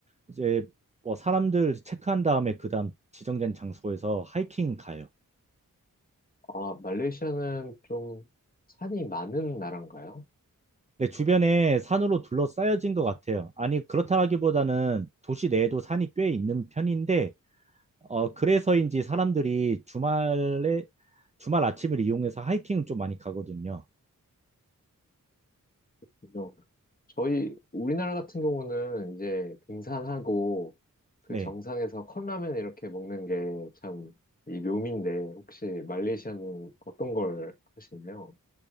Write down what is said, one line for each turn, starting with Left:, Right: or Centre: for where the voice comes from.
Right: 이제 뭐 사람들 체크한 다음에 그다음 지정된 장소에서 하이킹 가요.
Left: 아, 말레이시아는 좀 산이 많은 나라인가요?
Right: 네, 주변에 산으로 둘러싸여진 것 같아요. 아니, 그렇다기보다는 도시 내에도 산이 꽤 있는 편인데 어, 그래서인지 사람들이 주말에, 주말 아침을 이용해서 하이킹을 좀 많이 가거든요.
Left: 그죠. 저희 우리나라 같은 경우는 이제 등산하고 그
Right: 네.
Left: 정상에서 컵라면 이렇게 먹는 게 참 이 묘미인데 혹시 말레이시아는 어떤 걸 하시나요?